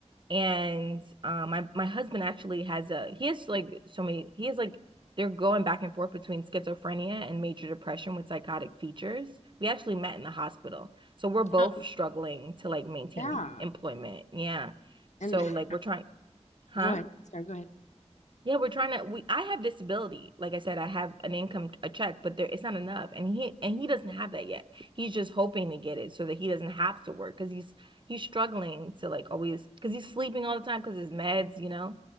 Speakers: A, on the right (about 45°); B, on the left (about 85°).
A: And um, my, my husband actually has a, he has like so many, he has like, they're going back and forth between schizophrenia and major depression with psychotic features. We actually met in the hospital. So we're both
B: Uh,
A: struggling to like maintain
B: yeah.
A: employment. Yeah. So
B: And h-
A: like we're trying, huh?
B: go ahead. Sorry, go ahead.
A: Yeah, we're trying to we I have disability. Like I said, I have an income, a check, but there it's not enough. And he and he doesn't have that yet. He's just hoping to get it so that he doesn't have to work because he's he's struggling to like always because he's sleeping all the time because his meds, you know.